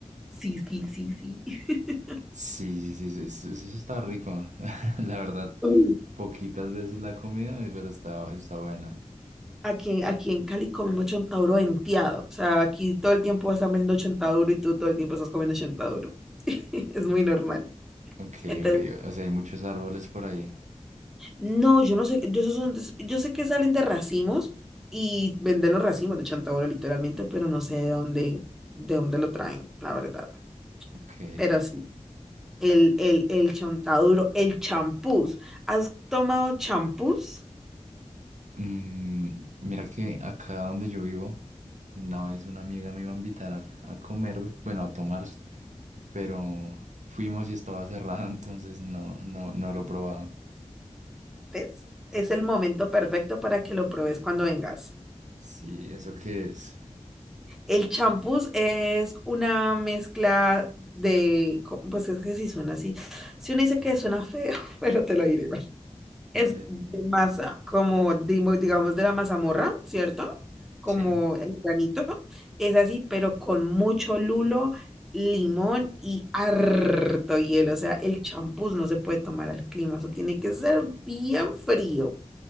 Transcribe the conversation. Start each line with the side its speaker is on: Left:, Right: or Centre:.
Centre: Sí, sí, sí, sí. <laughs>
Right: Sí, sí, sí, sí, eso, eso está rico. <laughs> La verdad,
Centre: Uy.
Right: poquitas veces la he comido, pero está, está buena.
Centre: Aquí, aquí en Cali comemos chontaduro venteado. O sea, aquí todo el tiempo están vendiendo chontaduro y tú todo el tiempo estás comiendo chontaduro. <laughs> Es muy normal.
Right: Ok,
Centre: Entonces,
Right: ok, o sea, hay muchos árboles por ahí.
Centre: No, yo no sé, yo, esos son- yo sé que salen de racimos y venden los racimos de Chantaura literalmente, pero no sé de dónde, de dónde lo traen, la verdad.
Right: Ok.
Centre: Pero sí, el, el, el Chontaduro, el champús. ¿Has tomado champús?
Right: Mm, mira que acá donde yo vivo, una vez una amiga me iba a invitar a, a comer, bueno, a tomar, pero fuimos y estaba cerrado, <laughs> entonces no, no, no lo probaba.
Centre: ¿Ves? Es el momento perfecto para que lo pruebes cuando vengas.
Right: Sí, ¿eso qué es?
Centre: El champús es una mezcla de, co- pues es que si suena así, si uno dice que suena feo, <laughs> pero te lo diré igual.
Right: Dale.
Centre: Es de masa, como dimo- digamos de la mazamorra, ¿cierto? Como
Right: Sí.
Centre: el granito. Es así, pero con mucho lulo, limón y harto hielo. O sea, el champús no se puede tomar al clima. Eso tiene que ser bien frío.